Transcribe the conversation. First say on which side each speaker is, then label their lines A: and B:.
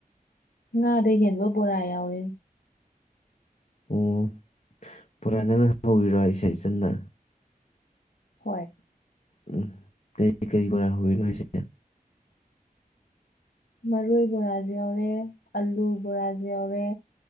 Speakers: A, on the left; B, on the left.
A: ꯉꯥꯗꯩ ꯍꯦꯟꯕ ꯕꯣꯔꯥ ꯌꯥꯎꯔꯦ
B: ꯑꯣ ꯄꯨꯔꯥ ꯅꯪꯅ ꯍꯧꯔꯤꯔ ꯑꯩꯁꯦ ꯏꯆꯟꯅ
A: ꯍꯣꯏ
B: ꯎꯝ ꯀꯔꯤ ꯀꯔꯤ ꯕꯣꯔ ꯍꯧꯔꯤꯅꯣ ꯍꯥꯏꯁꯦ
A: ꯃꯔꯣꯏ ꯕꯣꯔꯥꯁꯨ ꯌꯥꯎꯔꯦ ꯑꯥꯂꯨ ꯕꯣꯔꯥꯁꯨ ꯌꯥꯎꯔꯦ